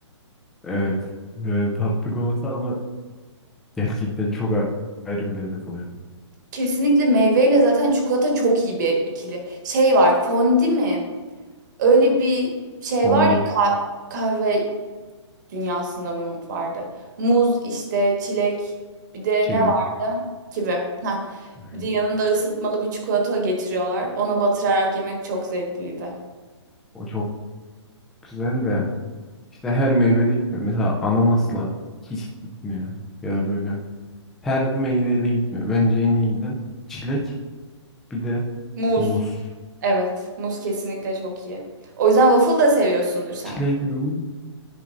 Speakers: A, in the centre; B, on the right.
A: evet, evet tatlı olmasa ama gerçekten çok a- ayrı bir lezzet oluyor.
B: Kesinlikle meyveyle zaten çikolata çok iyi bir ikili. Şey var, fondi mi? Öyle bir şey
A: Fondü,
B: var ya ka- kahve dünyasında mı vardı? Muz işte çilek bir de
A: kivi.
B: ne vardı? Kivi. Ha.
A: Hmm.
B: Bir de yanında ısıtmalı bir çikolata getiriyorlar. Ona batırarak yemek çok zevkliydi.
A: O çok güzel de işte her meyvede gitmiyor. Mesela ananasla hiç gitmiyor. Ya da böyle her meyveyle gitmiyor. Bence en iyi giden çilek bir de
B: Muz.
A: muz.
B: Evet, muz kesinlikle çok iyi. O yüzden waffle da seviyorsundur sen.
A: Çilek ve muz.